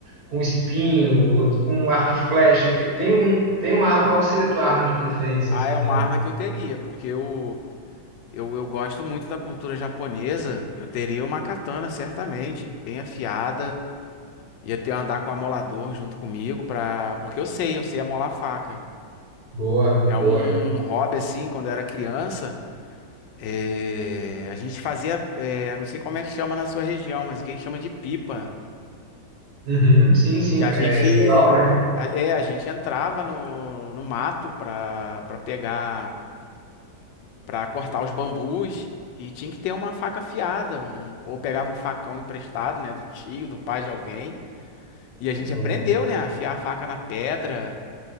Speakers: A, on the right (about 55°); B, on the left (about 85°).
A: com espinho, o outro com arco e flecha. Tem, tem um, tem uma arma, qual que seria a tua arma de preferência,
B: Ah,
A: assim,
B: é uma
A: no...
B: arma que eu teria, porque eu, eu, eu gosto muito da cultura japonesa. Eu teria uma katana, certamente, bem afiada. Ia ter andar com o amolador junto comigo, pra... porque eu sei, eu sei amolar faca.
A: Boa,
B: É
A: boa.
B: um hobby assim, quando eu era criança, eh, a gente fazia, eh, não sei como é que chama na sua região, mas aqui a gente chama de pipa.
A: Uhum, sim, sim,
B: E a gente,
A: é Serol, né?
B: é, a gente entrava no, no mato pra, pra pegar, pra cortar os bambus e tinha que ter uma faca afiada, um- ou pegava um facão emprestado, né, do tio, do pai de alguém. E a gente
A: Bom.
B: aprendeu, né, a afiar a faca na pedra.